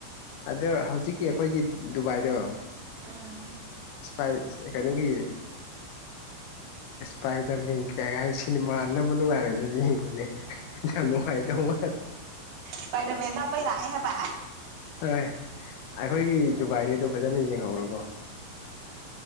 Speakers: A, on the left (about 80°); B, on the right (about 80°).
A: ꯑꯗꯣ ꯍꯧꯖꯤꯛꯀꯤ ꯑꯩꯈꯣꯏꯒꯤ ꯗꯨꯕꯥꯏꯗꯣ
B: ꯎꯝ
A: ꯏꯁꯄꯥꯏ ꯀꯩꯅꯣꯒꯤ ꯄꯥꯏꯗꯕ ꯀꯩ ꯀꯥꯏ ꯁꯤꯅꯦꯃꯥꯅꯝꯕ ꯅꯨꯡꯉꯥꯏꯔꯦ ꯑꯗꯨ ꯌꯦꯡꯉꯨꯅꯦ ꯌꯥꯝ ꯅꯨꯡꯉꯥꯏꯗꯧ ꯃꯥꯂꯦ
B: ꯁ꯭ꯄꯥꯏꯗꯔꯃꯦꯟ ꯅꯝꯕꯩ ꯂꯥꯛꯑꯦ ꯍꯥꯏꯕ
A: ꯍ ꯑꯩꯈꯣꯏꯒꯤ ꯗꯨꯕꯥꯏꯅꯤꯗꯣ ꯐꯖꯅ ꯌꯦꯡꯍꯧ꯭ꯔꯣꯀꯣ